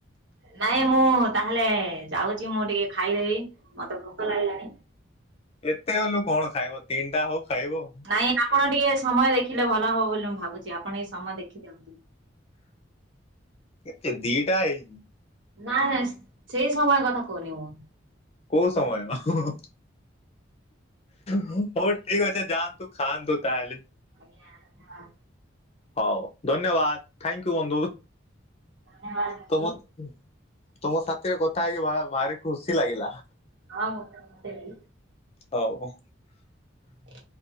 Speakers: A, on the right (about 70°); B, on the left (about 30°).
A: ନାଇଁ ମୁଁ ତାହେଲେ ଯାଉଚି ମୁଁ ଟିକେ ଖାଇଦେବି ମତେ ଭୋକ ଲାଗିଲାଣି।
B: ଏତେ ବୋଲୁ କଣ ଖାଇବ? ତିନଟା ହଉ ଖାଇବଉ।
A: ନାଇଁ ଆପଣ ଟିକେ ସମୟ ଦେଖିଲେ ଭଲ ହବ ବୋଲି ମୁଁ ଭାବୁଛି, ଆପଣ ଏଇ ସମୟ ଦେଖି ଦିଅନ୍ତୁ।
B: କେତେ? ଦିଟା ହେଇ।
A: ନାଇଁ ନାଇଁ ସେଇ ସମୟ କଥା କୋଉନି ମୁଁ।
B: କୋଉ ସମୟ? ଅହହହ। ହଉ ଠିକ୍ ଅଛେ ଯାଆନ୍ତୁ ଖାଆନ୍ତୁ ତାହେଲେ।
A: ଆଜ୍ଞା ଧନ୍ୟବାଦ
B: ହଉ ଧନ୍ୟବାଦ୍, ଥାଙ୍କୟୁ ବନ୍ଧୁ।
A: ଧନ୍ୟବାଦ
B: ତମ
A: ବନ୍ଧୁ।
B: ତମ ସାଥିରେ କଥା ହେଇକି ଭା ଭାରି ଖୁସି ଲାଗିଲା।
A: ହଉ ତ ସେ <inaudible>
B: ହଉ। ଉଁହୁଁ
A: ହ